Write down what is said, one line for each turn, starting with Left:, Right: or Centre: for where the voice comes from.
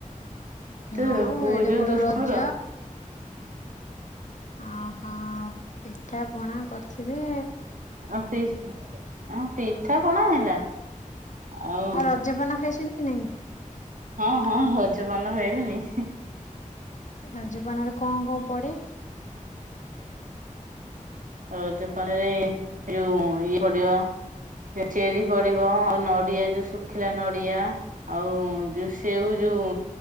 Right: ତ
Left: ଆଉ
Right: ପୁଅ
Left: ଏଡେ
Right: ଯୋଉ
Left: ବଡ
Right: ଦୁଷ୍ଟ
Left: ରଜ
Right: ମୋର।
Left: ଆ ହଁ ପିଠା ପଣା କର୍ଥିବେ?
Right: ଆଉ ପି ହଁ ପିଠା ପଣା ହେଲା। ଆଉ
Left: ରଜପାନ ଖାଇଛନ୍ତି କି ନାଇଁ?
Right: ହଁ ହଁ ହଜ ପାନ ଖାଇବିନି।
Left: ରାଜପାନରେ କଣ କଣ ପଡ଼େ?
Right: ରଜପାନରେ ଏଇ ଯଉ ଇଏ ପଡ଼ିବ ଯଉ ଚେରି ପଡିବ ଆଉ ନଡିଆ ଯଉ ଶୁଖିଲା ନଡିଆ ଆଉ ଯଉ ସେଉ ଯଉଁ